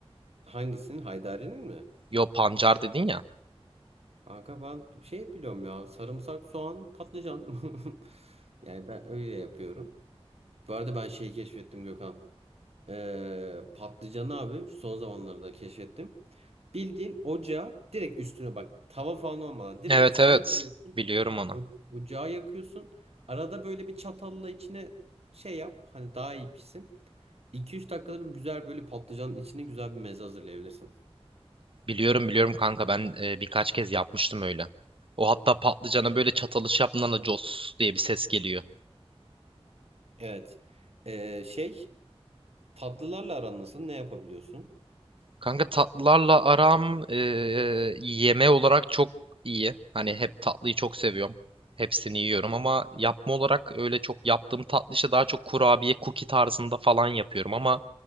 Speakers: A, on the right; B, on the right.
A: Hangisinin? Haydari'nin mi?
B: Yo pancar dedin ya.
A: Kanka ben bir şey biliyorum ya. Sarımsak, soğan, patlıcan. <laughs> Yani ben öyle yapıyorum. Bu arada ben şeyi keşfettim Gökhan. Ee, patlıcanı abi şu son zamanlarda keşfettim. Bildiğin ocağa direkt üstüne bak tava falan olmadan direkt
B: Evet
A: üstüne
B: evet
A: koyuyorsun.
B: biliyorum onu.
A: O, ocağı yakıyorsun. Arada böyle bir çatalla içine şey yap hani daha iyi pişsin. 2 üç dakikada bir güzel böyle patlıcanın içine güzel bir meze hazırlayabilirsin.
B: Biliyorum biliyorum kanka ben e, birkaç kez yapmıştım öyle. O hatta patlıcana böyle çatalış yaptığında da cos diye bir ses geliyor.
A: Evet. Ee, şey tatlılarla aran nasıl? Ne yapabiliyorsun?
B: Kanka tatlılarla aram e, e, yeme olarak çok iyi. Hani hep tatlıyı çok seviyorum. Hepsini yiyorum ama yapma olarak öyle çok yaptığım tatlı işte daha çok kurabiye, cookie tarzında falan yapıyorum ama